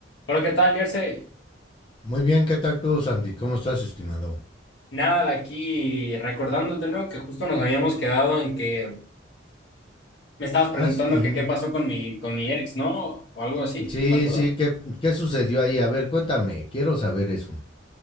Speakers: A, on the left; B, on the left.
A: Hola, ¿qué tal, Jersey?
B: Muy bien, ¿qué tal tú, Santi? ¿Cómo estás, estimado?
A: Nada, aquí recordándote, ¿no? Que justo nos habíamos quedado en que me estabas preguntando
B: Ah, s- mm,
A: que qué pasó con mi, con mi ex, ¿no? O algo así,
B: sí,
A: no me acuerdo.
B: sí, ¿qué, qué sucedió ahí? A ver, cuéntame, quiero saber eso.